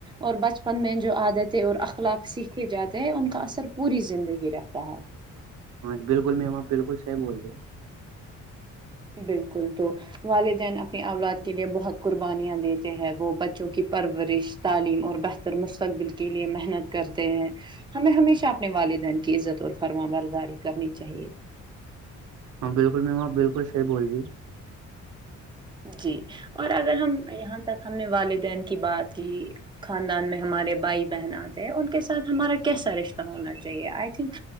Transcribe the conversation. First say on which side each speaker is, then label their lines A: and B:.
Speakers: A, on the right; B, on the right.
A: اور بچپن میں جو عادتیں اور اخلاق سیکھے جاتے ہیں ان کا اثر پوری زندگی رہتا ہے
B: ہاں جی بالکل میں وہاں بالکل صح بول رہے ہیں
A: بالکل تو والدین اپنی اولاد کے لیے بہت قربانیاں دیتے ہیں وہ بچوں کی پرورش تعلیم اور ب تر مستقبل کے لیے محنت کرتے ہیں ہمیں ہمیشہ اپنے والدین کی عزت اور فرما برداری کرنی چاہیے
B: ہاں بالکل میماں بالکل صحی بول رہ جی
A: جی اور اگر ہم یہاں تک ہم نے والدین کی بات دی خاندان میں ہمارے بھائی بہن آتے ہیں ان کے ساتھ ہمارا کیسا رشتہ ہونا چاہیے آئی تھنک